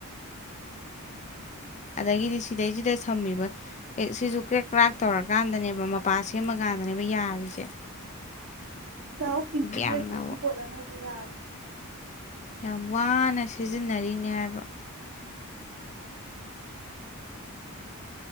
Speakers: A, on the left; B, on the right.
A: ꯑꯗꯒꯤꯗꯤ ꯁꯤꯗꯩꯁꯤꯗ ꯁꯝꯃꯤꯕ ꯑꯦ ꯁꯤꯁꯨ ꯀ꯭ꯔꯦꯛ ꯀ꯭ꯔꯥꯛ ꯇꯧꯔꯀꯥꯟꯗꯅꯦꯕ ꯄꯥ ꯁꯦꯝꯃꯀꯥꯟꯗꯅꯦꯕ ꯌꯥꯔꯤꯁꯦ
B: ꯆꯥꯎ ꯄꯤꯟꯀꯤꯒꯤ
A: ꯌꯥꯝꯅꯕꯨ
B: ꯑꯦꯛꯁꯇꯦꯟꯁꯟ ꯀꯣꯔꯠ ꯑꯃ ꯌꯥꯗꯦ
A: ꯌꯥꯝ ꯋꯥꯅ ꯁꯤꯖꯤꯟꯅꯔꯤꯅꯦ ꯍꯥꯏꯕ